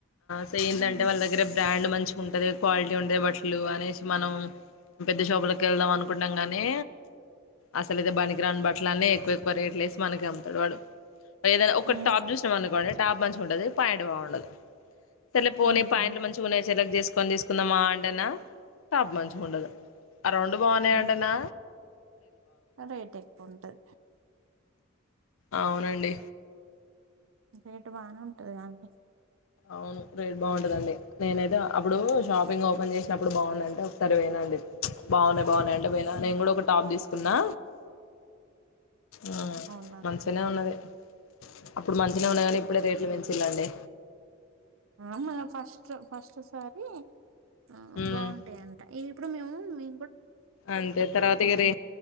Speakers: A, on the left; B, on the right.
A: సో ఏందంటే
B: మ్మ్
A: వాళ్ళ దగ్గర బ్రాండ్ మంచి ఉంటది క్వాలిటీ ఉంటది బట్టలు అనేసి మనం పెద్ద షాపు లోకి వెళ్దాం అనుకుంటున్నాం గానీ అసలు అయితే బానికి గ్రాండ్ బట్లన్ని ఎక్కువ ఎక్కువ రేట్లేేసి మనకి అమ్ముతడు వాడు ఏదైనా ఒక
B: హ్మ్
A: టాప్ చూసినాం అనుకోండి టాప్ మంచిగా ఉంటది పాయింట్ బాగుండదు సర్లే పోని
B: మ్మ్
A: పాయంట్లు
B: హ్మ్
A: మంచిగా ఉన్నాయి సెలెక్ట్ చేసుకొని తీసుకుందాం మా ఆ అంటేన టాప్ మంచిగా ఉండదు అ రొండు బాగున్నాయింటేనా
B: మ్మ్ రేట్ ఎక్కువంటది
A: అవునండి
B: రేటు బానే ఉంటది కండి
A: అవును రేట్ బాగుంటదండి నేనైతే అప్పుడు షాపింగ్ ఓ ఓపెన్ చేసినప్పుడు బాగున్నాందింట ఒకసారి పోయిన అండి బాగున్నాయి బాగున్నాయి అంటే పోయినా నేను కూడా ఒక టాప్ తీసుకున్నా ఉమ్
B: అవునా
A: మంచిగనే ఉన్నది అప్పుడు మంచినే ఉన్నాయి కానీ ఇప్పుడే రేట్లు పెంచిళ్ళండి
B: ఆ మళ్ళా ఫస్ట్లో ఫస్ట్ సారి ఆ
A: ఉమ్
B: బాగుంటాయంట ఈ ఇప్పుడు మేము మీ
A: అంతే తర్వాత ఇగ రే